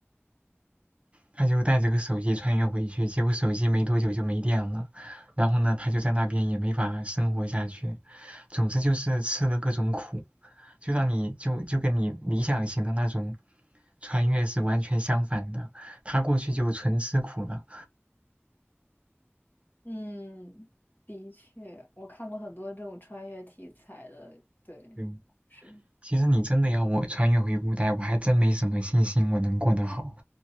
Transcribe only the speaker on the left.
嗯，的确，我看过很多这种穿越题材的，对，
是